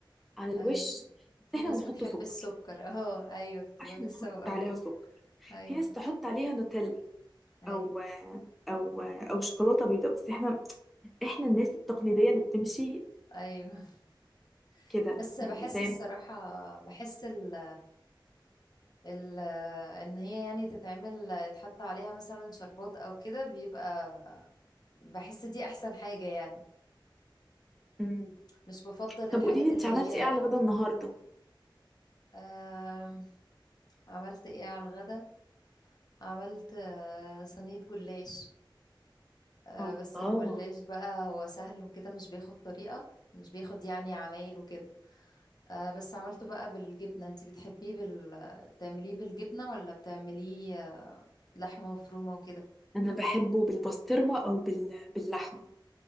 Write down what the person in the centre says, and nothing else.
على الوش
بس
احنا
بنحط
سكر
احنا
بنحط
عليها سكر
في ناس تحط عليها نوتيلا
او او او شوكولاتة بيضاء بس احنا احنا الناس التقليدية اللي بتمشي
كده
يعني
زي
مم.
طب
قولي لي انت
عملتي
ايه على غدا النهاردة
الله
انا بحبه بالبسطرمة او بال... باللحمة